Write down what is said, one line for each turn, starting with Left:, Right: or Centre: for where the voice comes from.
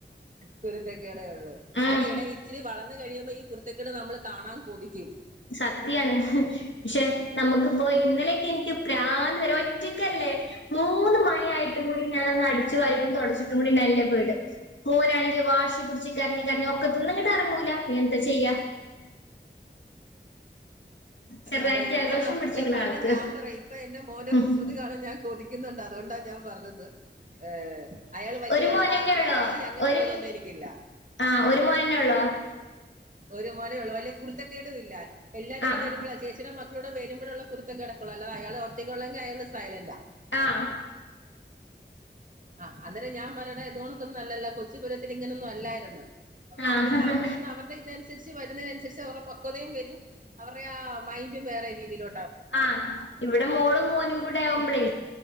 Right: കുരുത്തക്കേടെയൊള്ളൂ
Left: ഉം
Right: അത് എടാ ഇച്ചിരി വളർന്നു കഴിയുമ്പോ ഈ കുരുത്തക്കേട് നമ്മള് കാണാൻ കൊതിക്കും
Left: സത്യാണ്. പക്ഷെ നമുക്കിപ്പോ ഇന്നലെയൊക്കെ എനിക്ക് പ്രാന്ത് വരാ ഒറ്റക്കല്ലേ മൂന്ന് മണിയായിട്ടും കൂടി ഞാനൊന്ന് അടിച്ചു വാരി തൊടച്ചിട്ടും കൂടി ഇല്ല വീട് മോനാണെങ്കി വാശി പുടിച്ച് കരഞ്ഞ് കരഞ്ഞ് ഒക്കത്തിന്നിങ്ങട്ട് എറങ്ങൂല പിന്നെ എന്താ ചെയ്യാ ചെറുതായിട്ട്
Right: അതാ ഇപ്പതാ
Left: ജലദോഷം പിടിച്ചിക്ക്ണ്
Right: പണ്ട്
Left: ആൾക്ക്
Right: ഞാൻ പറയും ഇപ്പ എന്റെ മോന്റെ
Left: ഉം
Right: ക്രുസ് തി കാണൻ ഞാൻ കൊതിക്കുന്നുണ്ട് അതൊ ണ്ടാ ഞാൻ പറഞ്ഞത് ഏഹ് അയാള് വലിയ
Left: ഒരു മോനന്നെ
Right: വ വാശി
Left: ഉള്ളോ
Right: അങ്ങനെയുള്ള
Left: ഒരു
Right: ഇതൊന്നും എക്കില്ല
Left: ആഹ് ഒര് മോനന്നെ ഒള്ളോ
Right: ഒര് മോനേ ഒള്ളു വല്യ കുരുത്ത കേടും ഇല്ല എല്ലാരൂടെ
Left: ആഹ്
Right: വരുമ്പളാ ചേച്ചിയുടെ മക്ക ളിവടെ വരുമ്പോഴുള്ള കുരുത്ത കേടൊക്കൊള്ളൂ അല്ല അയാള് ഒറ്റക്കൊള്ളങ്കി അയാള് സൈലന്റാ
Left: ആഹ്
Right: ആ അന്നേരം ഞാൻ പറയ്ണാ ഇത് പോണോത്തല്ലല്ലോ കൊച്ചുപുരത്തിന് ഇങ്ങനൊന്നും അല്ലായിര്ന്ന് അപ്പ
Left: ആഹ്
Right: അവര് വളർന്നു വരുന്ന അവ ഇതനുസരിച്ച് വരുന്നേനനുസരിച്ച് അവരുടെ പക്വതയും വരും അവരുടെ ആ മൈന്റും വേറെ രീതിയിലോ
Left: ആഹ് ഇവടെ മോളും മോനും കൂടെ ആവുമ്പളേ